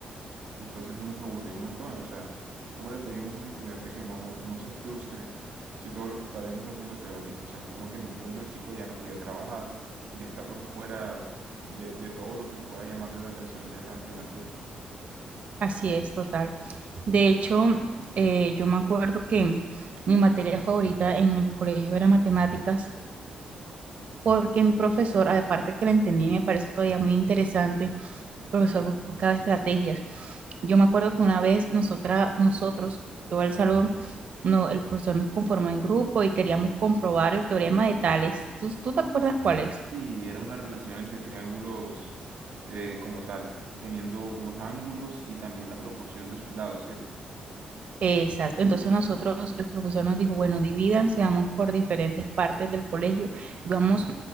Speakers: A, on the right; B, on the right.
A: Entonces uno se aburrió un montón, o sea, ¿cómo le pedimos a un estudiante que no, no se frustre si todo lo que está viendo está siendo teórico? O sea, es como que en un punto el chico ya no quiere trabajar, ya está por fuera de, de todo lo que pueda llamarle la atención de esa asignatura.
B: Así es, total. De hecho, eh, yo me acuerdo que mi materia favorita en el colegio era matemáticas porque mi profesor, aparte que la entendí, me parece todavía muy interesante, el profesor buscaba estrategias. Yo me acuerdo que una vez nosotras, nosotros, todo el salón, no, el profesor nos conformó en grupo y queríamos comprobar el teorema de Tales. ¿Tú, tú te acuerdas cuál es?
A: Sí, era una relación entre triángulos eh, como tal, teniendo los ángulos y también la proporción de sus lados, ¿cierto?
B: Exacto, entonces nosotros, el profesor nos dijo, bueno, divídanse, vamos por diferentes partes del colegio y vamos